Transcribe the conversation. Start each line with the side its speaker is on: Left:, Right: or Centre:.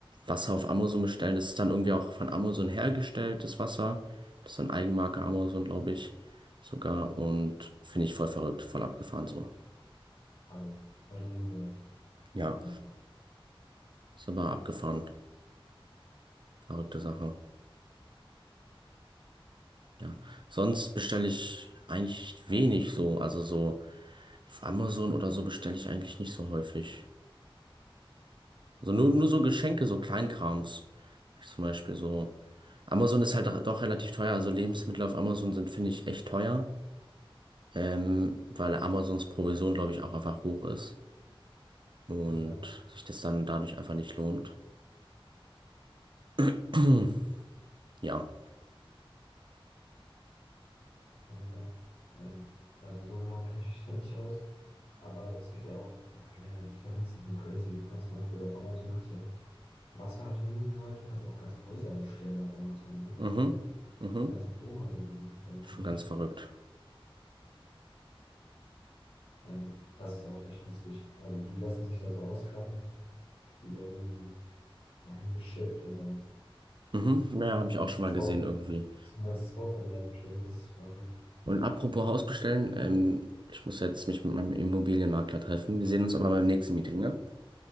Right: Wasser auf Amazon bestellen. Das ist dann irgendwie auch von Amazon hergestelltes Wasser. Das ist dann Eigenmarke Amazon, glaube ich, sogar. Und finde ich voll verrückt, voll abgefahren so.
Left: hab ich noch nie gehört.
Right: Ja,
Left: Ähm,
Right: ist aber abgefahren. Verrückte Sache. Ja. Sonst bestelle ich eigentlich wenig so. Also so auf Amazon oder so bestelle ich eigentlich nicht so häufig. Also nur, nur so Geschenke, so Kleinkrams. Zum Beispiel so. Amazon ist halt doch relativ teuer. Also Lebensmittel auf Amazon sind, finde ich, echt teuer. ähm, weil Amazons Provision, glaube ich, auch einfach hoch ist und
Left: ja.
Right: sich das dann dadurch einfach nicht lohnt. <clears throat> Ja,
Left: Aber, ähm, also so genau kenne ich mich da nicht aus. Aber es gibt ja auch, ja generell, die Verdienste sind crazy. Du kannst zum Beispiel auf Amazon, kannst ja, Wasser habe ich noch nie gehört, du kannst auch ganze Häuser bestellen auf Amazon, ne?
Right: Mhm. Mhm.
Left: Ganze Wohnhäuser, die du bestellen
Right: schon
Left: kannst.
Right: ganz verrückt.
Left: Ähm, das ist auch echt lustig. Also die lassen sich dann so ausklappen, die werden irgendwie dahin geschippt und dann
Right: Mhm. Ja, habe ich
Left: ein
Right: auch
Left: ganzes
Right: schon mal gesehen
Left: Haus,
Right: irgendwie.
Left: ein ganzes Haus online bestellt, das ist verrückt.
Right: Und apropos
Left: Ja.
Right: Haus bestellen, ähm, ich muss jetzt mich mit meinem Immobilienmakler treffen. Wir sehen uns aber beim nächsten Meeting, ne?